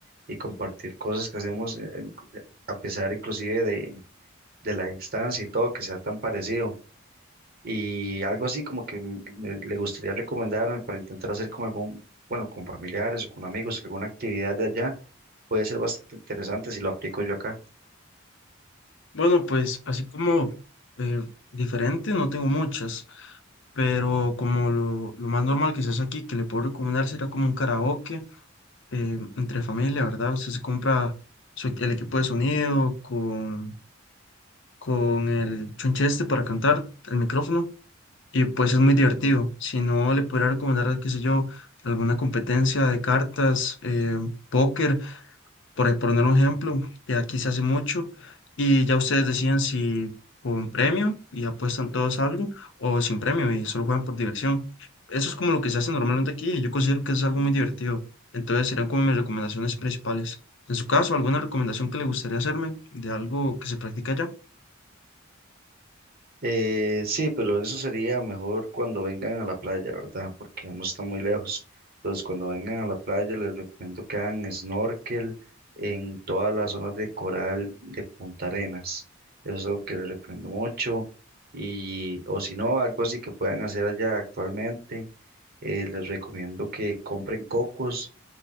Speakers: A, on the right; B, on the left.
A: y compartir cosas que hacemos eh, en- eh, a pesar inclusive de, de la distancia y todo, que sea tan parecido. Y algo así como que m- me- le gustaría recomendar para intentar hacer con algún, bueno, con familiares o con amigos, alguna actividad de allá, puede ser bastante interesante si lo aplico yo acá.
B: Bueno, pues así como eh, diferente, no tengo muchas, pero como lo, lo más normal que se hace aquí, que le puedo recomendar, sería como un karaoke eh, entre familia, ¿verdad? Usted se compra su- el equipo de sonido con, con el chuncheste para cantar, el micrófono, y pues es muy divertido. Si no, le podría recomendar, qué sé yo, alguna competencia de cartas, eh, póker, por ahí poner un ejemplo, que aquí se hace mucho, y ya ustedes deciden si con premio y apuestan todos a algo o sin premio y solo juegan por diversión. Eso es como lo que se hace normalmente aquí y yo considero que es algo muy divertido. Entonces serían como mis recomendaciones principales. En su caso, ¿alguna recomendación que le gustaría hacerme de algo que se practica allá?
A: Eh, sí, pero eso sería mejor cuando vengan a la playa, ¿verdad? Porque no está muy lejos. Entonces, cuando vengan a la playa, les recomiendo que hagan snorkel en todas las zonas de coral de Punta Arenas. Eso es lo que les recomiendo mucho. Y, o si no, algo así que puedan hacer allá actualmente, eh, les recomiendo que compren cocos